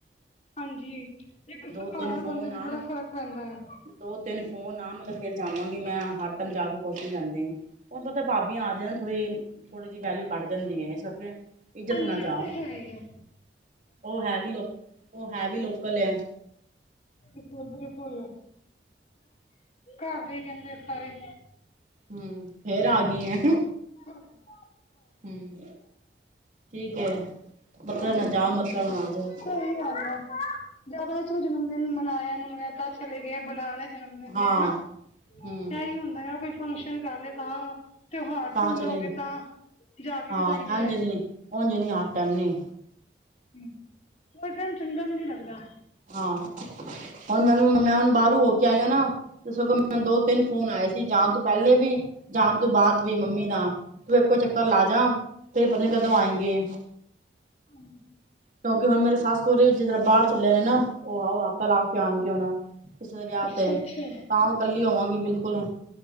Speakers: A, on the left; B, on the right.
A: ਹਾਂਜੀ ਇੱਕ
B: ਦੋ
A: ਸੁਭਾਅ
B: ਤਿੰਨ ਫੋਨ
A: ਬੰਦੇ ਤੇ
B: ਆਣ
A: ਬੜਾ ਫ਼ਰਕ ਪੈਂਦਾ ਆ
B: ਦੋ ਤਿੰਨ ਫੋਨ ਆਨ ਮਤਲਬ ਫੇਰ ਜਾਵਾਂਗੀ ਮੈਂ ਹੱ ਟੈਮ ਜਾ ਕੇ ਖੂਸ਼ ਨੀ ਰਹਂਦੀ ਹੁਣ ਪਤਾ ਭਾਬੀਆਂ ਆ ਜਾਣ ਥੋੜ੍ਹੀ-ਥੋੜ੍ਹੀ ਜਿਹੀ ਵੈਲਿਊ ਘਟ ਜਾਂਦੀ ਹੈ ਇਸ ਕਰਕੇ ਇੱਜ਼ਤ
A: ਹਾਂਜੀ
B: ਨਾਲ ਜਾਓ
A: ਉਹ ਤੇ ਹੈ ਹੀ ਹੈ
B: ਉਹ ਹੈ ਵੀ ਲੋਕ ਉਹ ਹੈ ਵੀ ਲੋਕਲ ਏ
A: ਬਿਲਕੁਲ-ਬਿਲਕੁਲ ਘਰ ਦੇ ਹੀ ਕਹਿੰਦੇ ਸਾਰੇ
B: ਹਮ ਫੇਰ ਆ ਗਈ ਏਂ
A: ਹਮ
B: ਹਮ ਠੀਕ ਹੈ ਮਤਲਬ
A: ਹਾਂਜੀ
B: ਨਾ ਜਾਓ ਮਤਲਬ
A: ਸਹੀ
B: ਨਾ ਆ ਜਾਓ
A: ਗੱਲ ਆ ਜ਼ਿਆਦਾ ਚਲੋ ਜਨਮ ਦਿਨ ਮਨਾਇਆ-ਮਨਇਆ ਤਾਂ ਚਲੇ ਗਏ ਬੁਲਾ ਲਿਆ ਜਨਮ
B: ਹਾਂ
A: ਦੇ ਹਨਾ
B: ਹਮ
A: ਇਹੀ ਹੁੰਦਾ ਆ। ਕੋਈ ਫੰਗਸ਼ਨ ਕਰ ਲ ਤਾਂ, ਤਿਉਹਾਰ,
B: ਤਾਂ
A: ਤੁਹੂਰ
B: ਚਲੇ
A: ਹੋ ਗਏ ਤਾਂ, ਜਾ ਕੇ
B: ਹਾਂ,
A: ਵਧਾਈ ਦੇ
B: ਇੰਝ
A: ਆਏ
B: ਨੀ ਉਝ ਨੀ ਹਰ ਟਾਇਮ ਨੀ
A: ਹੋਰ, ਟਾਈਮ ਚੰਗਾ ਵੀ ਨੀ ਲੱਗਦਾ!
B: ਹਾਂ, ਹੁਣ ਮੈਨੂੰ ਮੈਂ ਹੁਣ ਬਾਹਰੋਂ ਹੋ ਕੇ ਆਈ, ਨਾ ਸਗੋ ਮੈਨੂ ਦੋ ਤਿੰਨ ਫੋਨ ਆਏ ਸੀ! ਜਾਣ ਤੋਂ ਪਹਿਲੇ ਵੀ, ਜਾਣ ਤੋਂ ਬਾਅਦ ਵੀ, ਮੰਮੀ ਦਾ ਤੂੰ, ਇੱਕੋ ਚੱਕਰ ਲਾ ਜਾ ਤੇ ਪਤਾ ਨੀ ਕਦੋ ਆਏਗੀ
A: ਹਾਂਜੀ,
B: ਕਿਉਂਕਿ ਹੁਣ ਮੇਰੇ ਸੱਸ ਸੁਰਰੇ ਵੀ, ਜਿਸ ਤਰ੍ਹਾਂ ਬਾਹਰ ਚੱਲੇ ਨੇ ਨਾ, ਉਹ ਆਓ ਆਪ ਲਾ ਕੇ ਆਉਣਗੇ, ਉਹਨਾ ਕਿਸੇ ਦੇ ਵਿਆਹ
A: ਅੱਛਾ
B: ਤੇ,
A: ਅੱਛਾ
B: ਤਾਂ ਕੱਲੀ ਹੋਵਾਂਗੀ, ਬਿਲਕੁਲ!